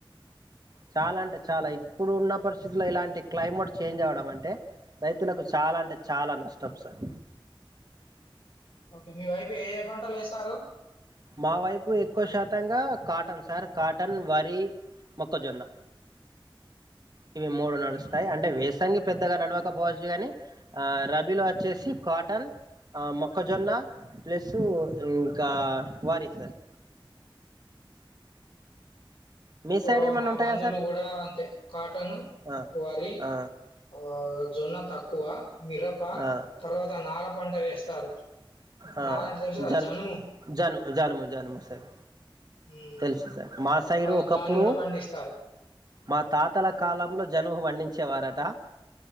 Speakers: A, on the right; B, on the left.
A: చాలా అంటే చాలా ఇప్పుడు ఉన్న పరిస్థితులో ఇలాంటి క్లైమేట్ చేంజ్ అవడం అంటే రైతులకు చాలా అంటే చాలా నష్టం సార్
B: ఓకే మీ వైపు ఏ ఏ పంటలు ఏస్తారు
A: మా వైపు ఎక్కువ శాతంగా కాటన్ సార్ కాటన్, వరి, మొక్కజొన్న. ఇవి మూడు నడుస్తాయి
B: హ్మ్.
A: అంటే వేసంగి పెద్దగా నడవకపోవచ్చు కానీ ఆ రబీలో వచ్చేసి కాటన్ అ మొక్కజొన్న ప్లస్సు ఇంకా వారి సార్ మీ సైడ్
B: ఆ
A: ఏమన్నా
B: మా
A: ఉంటాయా
B: బంధువులు
A: సార్
B: కూడా అంతే కాటన్
A: ఆ,
B: వరి
A: ఆ,
B: ఆ జొన్న తక్కువ మిరప
A: ఆ,
B: తర్వాత నార పంట వేస్తారు <inaudible>
A: ఆ
B: నార అంటే తెలుసు గదా!
A: జన్
B: జనుము.
A: జన్ము జన్ము జన్ము సార్
B: హ్మ్.
A: తెలుసు సార్ మాస సైడ్
B: ఆ!
A: ఒకప్పుడు
B: దాన్ని గూడా పండిస్తారు.
A: మా తాతల కాలంలో జన్మ పండించె వారటా